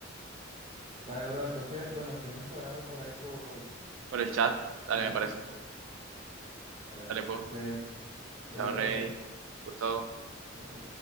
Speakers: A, on the right; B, on the right.
A: Dale, bro, entonces, bueno, seguimos cuadrando por ahí por,
B: Por el chat, dale,
A: por el
B: me
A: grupo.
B: parece.
A: Dale, bro,
B: Dale,
A: entonces,
B: pues.
A: cuídate.
B: Chao, Rey. Gustavo.
A: Chau.